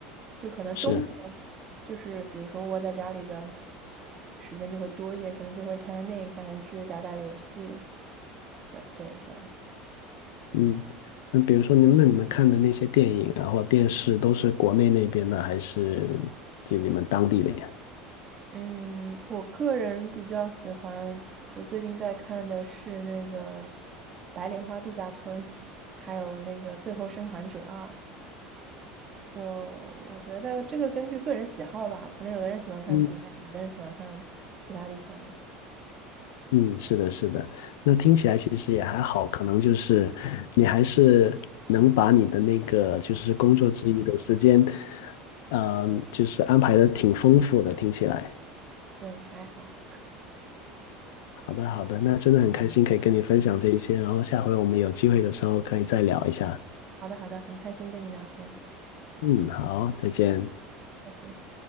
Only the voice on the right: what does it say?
就可能冬天就是比如说窝在家里的
时间就会多一点，可能就会看看电影、看看剧、打打游戏，嗯，对，这样。
嗯，我个人比较喜欢，我最近在看的是那个《白莲花度假村》，还有那个《最后生还者二》。就我觉得这个根据个人喜好吧，可能有的人喜欢看国内的，
有的人喜欢看其他地方的。
对，还好。
好的，好的，很开心跟你聊天，
再见。